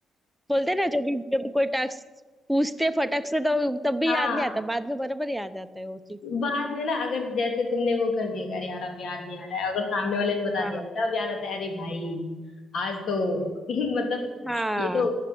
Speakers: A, in the centre; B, on the left (about 60°).
A: बोलते हैं ना जब भी जब भी कोई टास्क पूछते फटक से तो तब भी
B: हाँ
A: याद नहीं आता बाद में बराबर याद आता है वो चीज
B: बाद में ना अगर जैसे तुमने वो कर दिया अगर यार आप याद नहीं आ रहा है अगर सामने वाले ने बता
A: हाँ
B: दिया तब याद आता है अरे भाई आज तो <laughs> मतलब
A: हाँ
B: ये तो